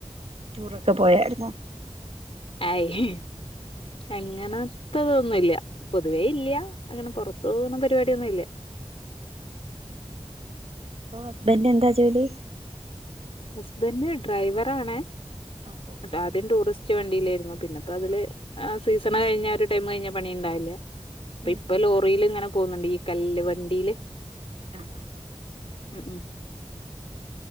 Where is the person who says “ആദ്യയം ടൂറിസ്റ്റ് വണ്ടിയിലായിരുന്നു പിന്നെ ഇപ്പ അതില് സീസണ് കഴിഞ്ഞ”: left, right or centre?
Left